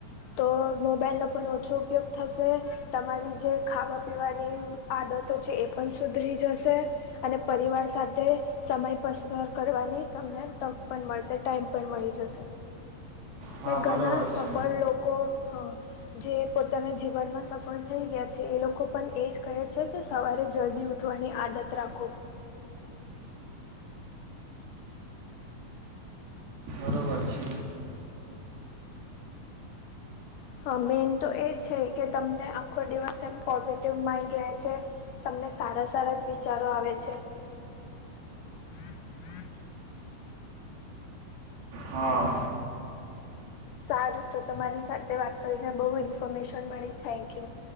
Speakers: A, on the left; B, on the right.
A: તો મોબાઈલનો પણ ઓછો ઉપયોગ થશે તમારી જે ખાવા પીવાની આદતો છે એ પણ સુધરી જશે અને પરિવાર સાથે સમય પસાર કરવાની તમને તક પણ મળશે ટાઈમ પણ મળી જશે
B: હા
A: ને
B: બરાબર
A: ઘણા સફળ
B: છે
A: લોકો હ જે પોતાના જીવનમાં સફળ થઈ ગયા છે એ લોકો પણ એ જ કહે છે કે સવારે જલ્દી ઉઠ ઉોઠવાની આદત રાખો
B: બરોબર છે
A: હ મેન તો એ જ છે કે તમને આખો દિવસ એમ પોઝિટિવ માઈન્ડ રહે છે તમને સારા સારા જ વિચારો આવે છે <inaudible>
B: હા
A: સારું તો તમારી સાથે વાત કરીને બહુ ઇન્ફોર્મેશન મળી થેન્ક યુ